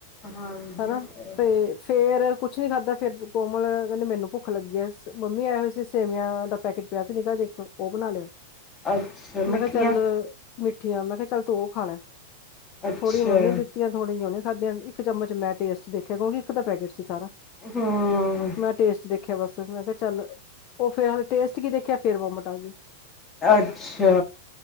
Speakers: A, on the left; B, on the left.
A: ਹਾਂਜੀ
B: ਹਨਾ
A: ਉਹ ਹੈ,
B: ਤੇ। ਫੇਰ ਕੁੱਛ ਨੀ ਖਾਧਾ ਫੇਰ ਕੋਮਲ ਕਹਿੰਦੇ ਮੈਨੂੰ ਭੁੱਖ ਲੱਗਿਆ। ਮੰਮੀ ਇਹੋ ਸੀ ਸੇਵੀਆਂ ਦਾ ਪੈਕਟ ਪਿਆ ਸੀ ਨਿੱਕਾ ਜਿਹਾ ਇੱਕ। ਉਹ ਬਣਾ ਲਿਆ
A: ਅੱਛਾ
B: ਮੈਂ
A: ਮਿੱਠੀਆਂ
B: ਕਿਹਾ ਚੱਲ। ਮਿੱਠੀਆਂ ਮੈਂ ਕਿਹਾ ਚੱਲ ਤੂੰ ਉਹ ਖਾ ਲਾ
A: ਅੱਛਾ
B: ਥੋੜੀਆਂ ਮੰਮੀ ਨੂੰ ਦਿੱਤੀਆਂ। ਥੋੜਿਆ ਜਿਹੀਆਂ ਉਹਨੇ ਖਾਧਿਆਂ ਕਿਉਂਕਿ ਇੱਕ ਚਮਚ ਮੈਂ ਟੇਸਟ ਦੇਖਿਆ ਕਿਉਂਕਿ ਇੱਕ ਤਾਂ ਪੈਕੇਟ ਸੀ ਸਾਰਾ।
A: ਹਾਂ।
B: ਮੈਂ ਟੇਸਟ ਦੇਖਿਆ ਬਸ ਮੈਂ ਕਿਹਾ ਚੱਲ ਉਹ ਫਿਲਹਾਲ ਟੇਸਟ ਕੀ ਦੇਖਿਆ ਉਹ ਫੇਰ ਬੋਮਟ ਆ ਗਈ।
A: ਅੱਛਾ।